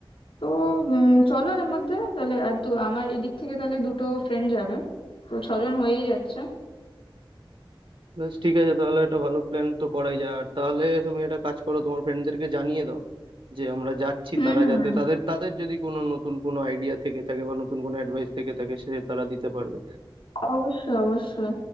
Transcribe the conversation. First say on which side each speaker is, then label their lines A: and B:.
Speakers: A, on the left; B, on the right.
A: তো উম, চলো এর মধ্যে তাহলে আর তো আমার এদিক থেকে তাহলে দুটো ফ্রেন্ড যাবে তো ছজন হয়েই যাচ্ছে
B: বেশ ঠিক আছে তাহলে একটা ভালো প্ল্যান তো করাই যায় আর তাহলে তুমি একটা কাজ করো তোমার ফ্রেন্ডদেরকে জানিয়ে দাও যে আমরা যাচ্ছি
A: হুম
B: তারা
A: হুম
B: যাতে তাদের তাদের যদি কোনো নতুন কোনো আইডিয়া থেকে থাকে বা নতুন কোনো অ্যাডভাইস থেকে থাকে সে তারা দিতে পারবে
A: অবশ্যই অবশ্যই